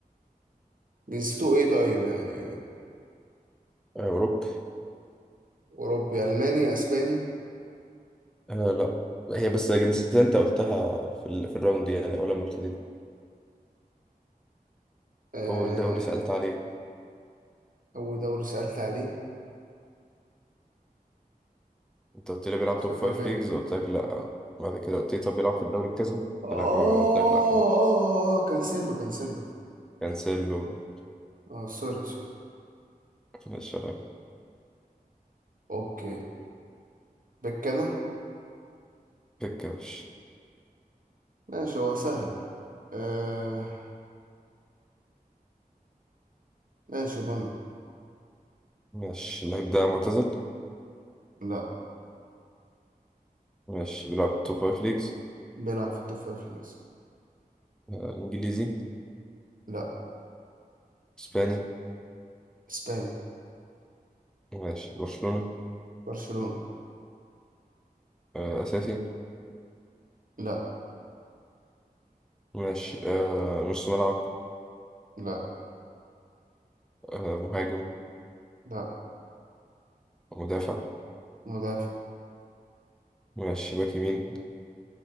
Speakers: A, on the right; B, in the centre.
A: جنسيته إيه طيب يعني
B: آه، أوروبي
A: أوروبي ألماني أسباني
B: آه لا هي بس جنسية انت قلتها في, ال... في الراوند دي يعني اول لما ابتدينا
A: آه...
B: اول دوري سألت عليه
A: أول دوري سألت عليه
B: انت قلت لي بيلعب
A: بس
B: توب
A: كان
B: فايف
A: فين
B: ليجز قلت لك لا بعد كده قلت لي طب بيلعب في الدوري بكذا قلت
A: آه آه
B: لك اه قلت لك لا برضه
A: آه آه، كانسيلو كانسيلو
B: كانسيلو
A: آه سوري سوري
B: ماشي يلا
A: أوكي بكنا
B: بيكاوش
A: ماشي هو سهل آه... ماشي ضمن
B: ماشي اللعيب ده معتزل
A: لا
B: ماشي بيلعب توب فايف ليجز
A: بيلعب في التوب فايف ليجز
B: آه انجليزي
A: لا
B: اسباني
A: إسباني
B: ماشي برشلونة
A: برشلونة
B: آه اساسي
A: لا
B: ماشي آه نص ملعب
A: لا
B: آه مهاجم
A: لا
B: مدافع
A: مدافع
B: ماشي باك يمين